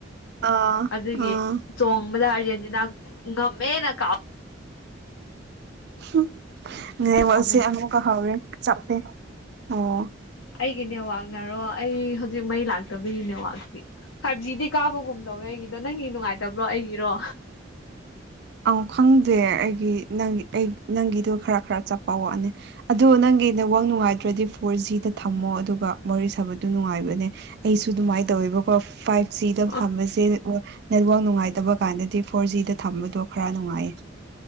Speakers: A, on the right; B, on the left.
A: ꯑꯥ
B: ꯑꯗꯨꯒꯤ
A: ꯑꯥ
B: ꯆꯣꯡꯕꯗ ꯑꯥꯔꯖꯦꯟꯇꯤꯅꯥ ꯉꯝꯃꯦꯅ ꯀꯥꯎ
A: ꯍꯨꯡ ꯅꯦꯠꯋꯥꯛꯁꯦ
B: ꯐꯃꯨꯡ
A: ꯑꯃꯨꯛ ꯀ ꯍꯧꯔꯦ ꯆꯞꯄꯦ ꯑꯣ
B: ꯑꯩꯒꯤ ꯅꯦꯋꯥꯛꯅꯔꯣ ꯑꯩ ꯍꯧꯖꯤꯛ ꯃꯩ ꯂꯥꯛꯇꯕꯒꯤ ꯅꯦꯋꯥꯛꯇꯤ ꯐꯥꯏꯚ ꯖꯤꯗꯤ ꯀꯥꯕꯒꯨꯝ ꯇꯧꯋꯦ ꯑꯩꯒꯤꯗꯣ ꯅꯪꯒꯤ ꯅꯨꯡꯉꯥꯏꯇꯕ꯭ꯔꯣ ꯑꯩꯒꯤꯔꯣ
A: ꯑꯥꯎ ꯈꯪꯗꯦ ꯑꯩꯒꯤ ꯅꯪ ꯑꯩ ꯅꯪꯒꯤꯗꯣ ꯈꯔ ꯈꯔ ꯆꯞꯄ ꯋꯥꯅꯦ ꯑꯗꯣ ꯅꯪꯒꯤ ꯅꯦꯋꯥꯛ ꯅꯨꯡꯉꯥꯏꯇ꯭ꯔꯗꯤ ꯐꯣꯔ ꯖꯤꯗ ꯊꯝꯃꯣ ꯑꯗꯨꯒ ꯋꯥꯔꯤ ꯁꯥꯕꯗꯨ ꯅꯨꯡꯉꯥꯏꯕꯅꯦ ꯑꯩꯁꯨ ꯗꯨꯃꯥꯏ ꯇꯧꯋꯦꯕꯀꯣ ꯐꯥꯏꯚ ꯖꯤ ꯗ
B: ꯑ
A: ꯊꯝꯕꯁꯦ ꯑꯣ ꯅꯦꯠꯋꯔꯛ ꯅꯨꯡꯉꯥꯏꯇꯕ ꯀꯥꯟꯗꯗꯤ ꯐꯣꯔ ꯖꯤꯗ ꯊꯝꯕꯗꯣ ꯈꯔ ꯅꯨꯡꯉꯥꯏꯌꯦ